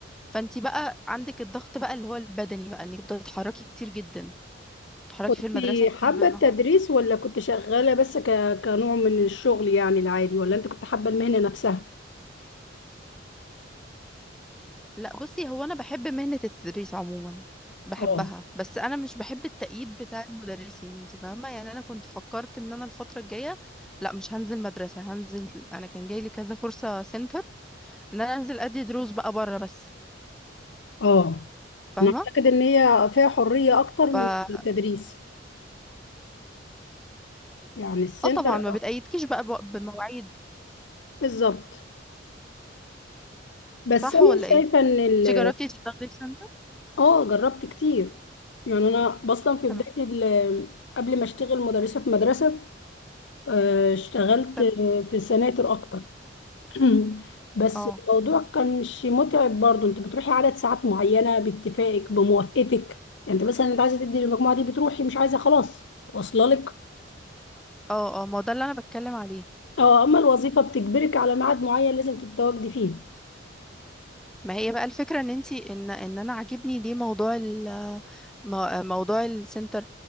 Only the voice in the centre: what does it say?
فانت بقى عندك الضغط بقى اللي هو البدني بقى انك بتتحركي كتير جدا بتتحركي
في المدرسة كتير
بالنهار
لا بصي هو انا بحب مهنة التدريس عموما بحبها
بس انا مش بحب التأييد بتاع المدرسين انت فاهمة يعني انا كنت فكرت ان انا الفترة الجاية لا مش هنزل مدرسة هنزل انا كان جاي لي كذا فرصة سنتر ان انا انزل ادي دروس بقى بره بس
فاهمة
ف
اه
طبعا ما
بتأيدكيش بقى بو- بمواعيد
صح
ولا ايه؟
انت جربتي تشتغلي في سنتر؟
تمام
تمام
اه
اه اه ما هو ده اللي انا بتكلم عليه
ما هي بقى الفكره ان انتي ان ان انا عاجبني ليه موضوع ال مو- موضوع السنتر